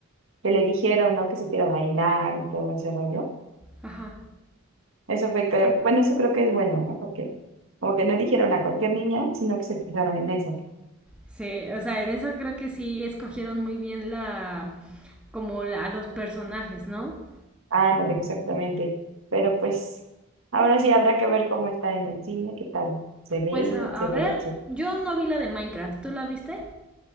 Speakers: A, on the right; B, in the centre.
A: que le dijeron, ¿no? Que supiera bailar y todo ese rollo.
B: Ajá.
A: Eso fue, creo, bueno, eso creo que es bueno, ¿no? Porque como que no dijeron a cualquier niña, sino que se fijaron en eso.
B: Sí, o sea, en eso creo que sí escogieron muy bien la, como la- a los personajes, ¿no?
A: Ándale, exactamente. Pero pues, ahora sí habrá que ver cómo está en el cine, qué tal se ve,
B: Pues a,
A: etcétera,
B: a ver,
A: etcétera.
B: yo no vi la de Minecraft, ¿tú la viste?